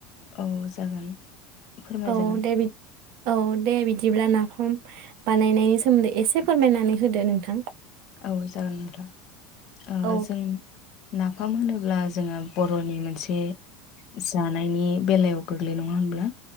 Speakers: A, on the left (about 55°); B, on the right (about 60°).
A: औ जागोन। फोरमायजागोन
B: औ दे बि औ दे बिदिब्ला नाफाम बानायनायनि सोमोन्दै एसे फोरमायनानै होदो नोंथां।
A: औ जागोन नोंथा ओ
B: औ
A: जों नाफाम होनोब्ला जोङो बर'नि मोनसे जानायनि बेलायाव गोग्लै नङा होनब्ला